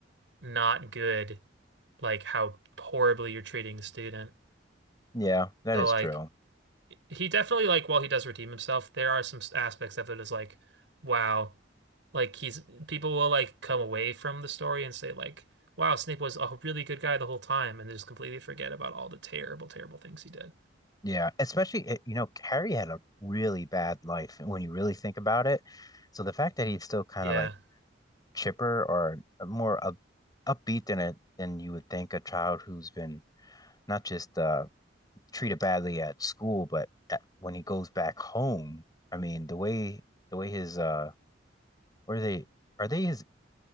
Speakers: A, on the right (about 75°); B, on the left (about 20°).
A: not good, like how horribly you're treating the student.
B: yeah. That
A: So
B: is
A: like
B: true.
A: he definitely like while he does redeem himself, there are some aspects of it is like, wow, like he's people will like come away from the story and say like, wow, Snape was a really good guy the whole time, and they just completely forget about all the terrible, terrible things he did.
B: Yeah, especially uh, you know Harry had a really bad life when you really think about it. So the fact that he still kind
A: Yeah.
B: of like chipper or more up, upbeat than a than you would think a child who's been not just uh, treated badly at school, but at, when he goes back home, I mean the way the way his uh, what are they are they his